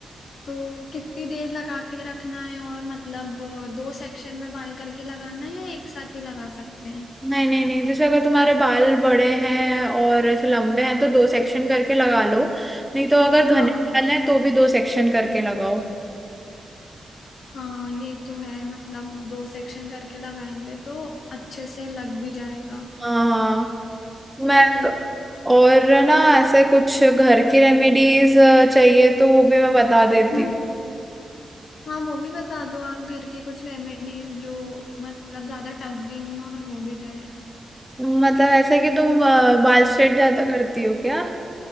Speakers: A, on the left; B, in the centre.
A: तो कितनी देर लगा के रखना है और मतलब दो सेक्शन में बाल करके लगाना है या एक साथ ही लगा सकते हैं
B: नहीं नहीं नहीं जैसे अगर तुम्हारे बाल बड़े हैं और ऐसे लंबे हैं तो दो सेक्शन करके लगा लो नहीं तो अगर
A: हाँ
B: घने बाल हैं तो भी दो सेक्शन करके लगाओ
A: हाँ ये तो है मतलब दो सेक्शन करके लगाएंगे तो अच्छे से लग भी जाएगा
B: हाँ
A: ठीक
B: मैं
A: है
B: तो और ना ऐसे कुछ घर की रेमेडीज चाहिए तो वो भी मैं बता देती
A: हम्म हाँ वो भी बता दो आप घर की कुछ रेमेडीज जो मतलब ज्यादा टफ भी नहीं और हो भी जाए
B: हूँ मतलब ऐसा कि तुम अ, बाल स्ट्रेट ज्यादा करती हो क्या